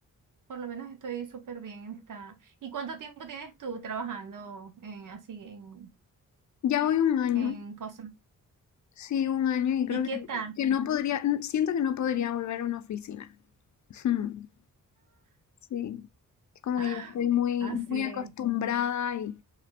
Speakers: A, on the right; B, on the left.
A: por lo menos estoy súper bien en esta. ¿Y cuánto tiempo tienes tú trabajando en, así en,
B: ya voy un año,
A: en cosas?
B: sí, un año y creo
A: ¿Y qué
B: que,
A: tal?
B: que no podría, siento que no podría volver a una oficina. <laughs> Sí, es como
A: <laughs>
B: que ya estoy muy,
A: Así
B: muy acostumbrada
A: es.
B: y